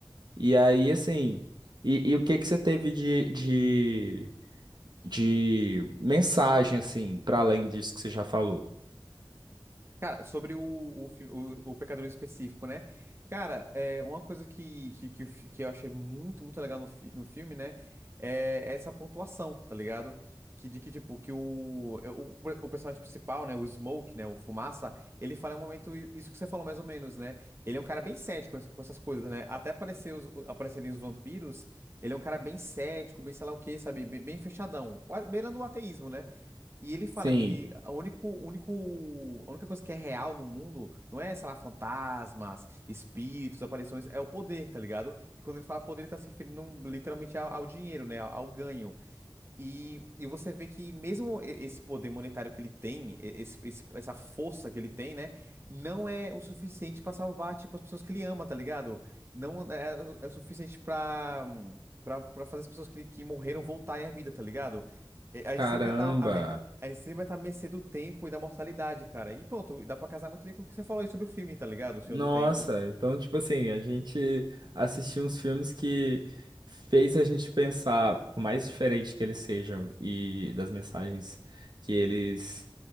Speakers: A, on the right; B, on the right.
A: E aí, assim, e, e o que que você teve de, de, de mensagem, assim, para além disso que você já falou?
B: Cara, sobre o, o, fi- o, o Pecador em específico, né? Cara, é, uma coisa que, que, que, o fi- que eu achei muito, muito legal no, fi- no filme, né? É essa pontuação, tá ligado? Que de que, tipo, que o, é, o, o personagem principal, né? O Smoke, né? O Fumaça, ele fala em um momento i- isso que você falou mais ou menos, né? Ele é um cara bem cético ness- com essas coisas, né? Até aparecer os, o- aparecerem os vampiros, ele é um cara bem cético, bem sei lá o quê, sabe? Bem, bem fechadão, quase beirando o ateísmo, né? E ele fala
A: Sim,
B: que a único, único, a única coisa que é real no mundo não é, sei lá, fantasmas, espíritos, aparições, é o poder, tá ligado? E quando ele fala poder, ele tá se referindo literalmente ao, ao dinheiro, né? Ao ganho. E, e você vê que mesmo e- esse poder monetário que ele tem, e- esse, esse- essa força que ele tem, né, não é o suficiente pra salvar, tipo, as pessoas que ele ama, tá ligado? Não é, o é o suficiente pra para para fazer as pessoas que, que morreram voltarem à vida, tá ligado? E A
A: caramba.
B: gente sempre vai estar a, me- a gente sempre vai estar à mercê do tempo e da mortalidade, cara. E pronto, dá pra casar muito bem com o que você falou aí sobre o filme, tá ligado? O Senhor
A: Nossa,
B: do Tempo.
A: então, tipo assim, a gente assistiu uns filmes que fez a gente pensar, por mais diferente que eles sejam e das mensagens que eles,